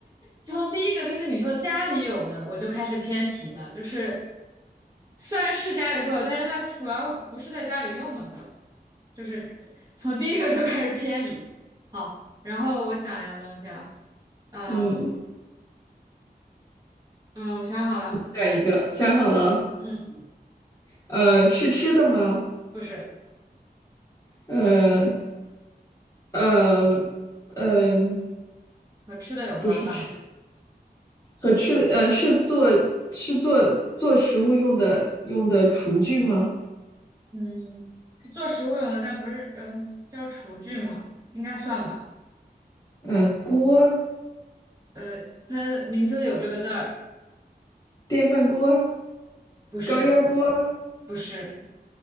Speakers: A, on the right (about 25°); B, on the left (about 20°).
A: 从第一个就是你说家里有的，我就开始偏题了，就是虽然是家里会有，但是它主要不是在家里用嘛，对吧？就是从第一个就开始偏离。好，然后我想一样东西啊，呃，
B: 嗯，
A: 嗯，我想好了，
B: 下一个想好了，
A: 嗯，
B: 呃，是吃的吗？
A: 不是
B: 呃呃呃。
A: 和吃的有关吧？
B: 不是吃和吃，呃，是做是做做食物用的用的厨具吗？
A: 嗯，做食物用的，但不是，嗯、叫厨具嘛，应该算吧？
B: 呃，锅、
A: 呃，它的名字里有这个字儿，
B: 电饭锅、
A: 不是，
B: 高压锅，
A: 不是，